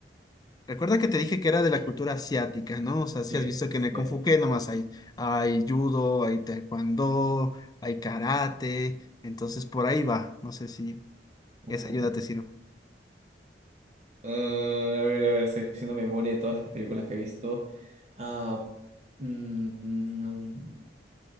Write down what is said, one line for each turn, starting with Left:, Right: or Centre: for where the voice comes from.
Left: Recuerda que te dije que era de la cultura asiática, ¿no? O sea, si
Right: Sí,
Left: has visto que en el
Right: asiático.
Left: Kung Fu ¿qué nomás hay, hay judo, hay taekwondo, hay karate, entonces por ahí va. No sé si esa
Right: Uy.
Left: ayuda te sirve.
Right: Ah, a ver, a ver, estoy haciendo memoria de todas las películas que he visto. Ah, mm, mm,